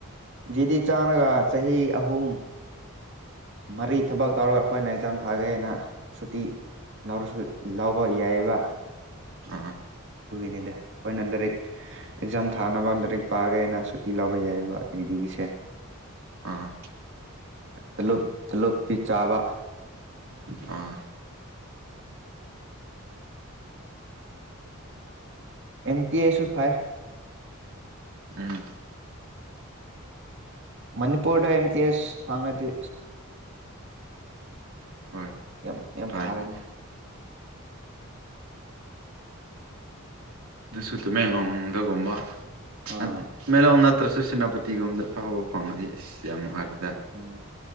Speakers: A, on the right; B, on the right.
A: ꯖꯤꯗꯤ ꯆꯥꯡꯔꯒ ꯆꯍꯤ ꯑꯍꯨꯝ ꯃꯔꯤ ꯊꯕꯛ ꯇꯧꯔꯒ ꯑꯩꯈꯣꯏꯅ ꯑꯦꯛꯖꯥꯝ ꯊꯥꯒꯦꯅ ꯁꯨꯇꯤ ꯂꯧꯔꯁꯨ ꯂꯧꯕ ꯌꯥꯏꯑꯕ
B: ꯑ
A: ꯅꯤꯗ ꯑꯩꯈꯣꯏꯅ ꯂꯥꯏꯔꯤꯛ ꯑꯦꯛꯖꯥꯝ ꯊꯥꯅꯕ ꯔꯤꯛ ꯄꯥꯒꯦꯅ ꯁꯨꯇꯤ ꯂꯥꯎꯕ ꯌꯥꯏꯑꯕ ꯖꯤꯗꯤꯒꯤꯁꯦ
B: ꯑꯥ
A: ꯇꯂꯞ ꯇꯂꯣꯞꯇꯤ ꯆꯥꯕ
B: ꯑ
A: ꯑꯦꯟ ꯇꯤ ꯑꯦ ꯁꯨ ꯐꯥꯏ
B: ꯎꯝ
A: ꯃꯅꯤꯄꯨꯔꯗ ꯑꯦꯝ ꯇꯤ ꯑꯦꯁ ꯐꯥꯉꯗꯤ
B: ꯍꯣꯏ
A: ꯌꯥꯝ ꯌꯥꯝ
B: ꯐꯩ
A: ꯐꯔꯦꯅꯦ
B: ꯑꯗꯨꯁꯨ ꯇꯃꯦꯂꯣꯡꯗꯒꯨꯝꯕ
A: ꯑꯥ
B: ꯅꯠ ꯃꯦꯂꯣꯡ ꯅꯠ ꯇ꯭ꯔꯁꯨ ꯁꯦꯅꯥꯄꯇꯤꯒꯨꯝꯕꯗ ꯐꯥꯎꯕ ꯐꯪꯉꯗꯤ ꯑꯁ ꯌꯥꯝ ꯅꯨꯡꯉꯥꯏꯔꯗꯤ
A: ꯎꯝ